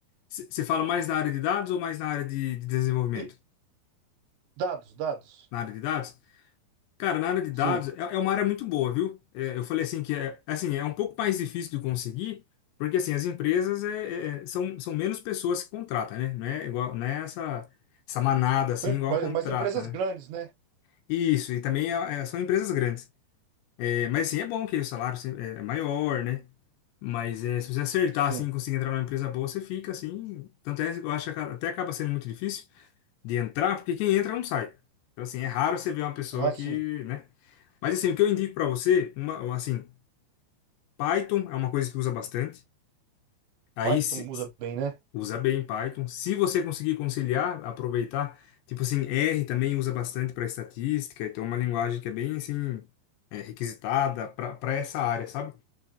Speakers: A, on the left (about 80°); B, on the right (about 75°).
A: Você fala mais na área de dados ou mais na área de, de desenvolvimento?
B: E dados, dados.
A: Na área de dados? Cara, na área de dados
B: Sim.
A: é, é uma área muito boa, viu? É, eu falei assim que é assim, é um pouco mais difícil de conseguir, porque assim, as empresas é, é- é, são, são menos pessoas que contratam, né? Não é igual, não é essa, essa manada assim,
B: São, em-
A: igual
B: mas,
A: contrata,
B: mas empresas
A: né?
B: grandes, né?
A: Isso, e também é- é- são empresas grandes. É, mas assim, é bom que o salário se- é é maior, né? Mas é, se você acertar
B: Sim.
A: assim, e conseguir entrar numa empresa boa, você fica assim. Tanto é, eu acho que aca- até acaba sendo muito difícil de entrar, porque quem entra não sai. Então, assim, é raro você ver uma pessoa
B: Ah,
A: que,
B: sim.
A: né? Mas assim, o que eu indico para você, uma, assim, Python é uma coisa que usa bastante. Aí
B: Python
A: se,
B: usa bem, né?
A: usa bem Python. Se você conseguir conciliar, aproveitar. Tipo assim, R também usa bastante para estatística. Então é uma linguagem que é bem assim é, requisitada para essa área, sabe?